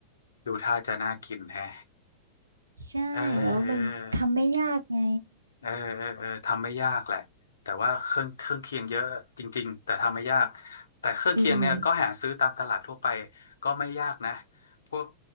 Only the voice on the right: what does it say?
ใช่แล้วมันทำไม่ยากไง
อืมอืม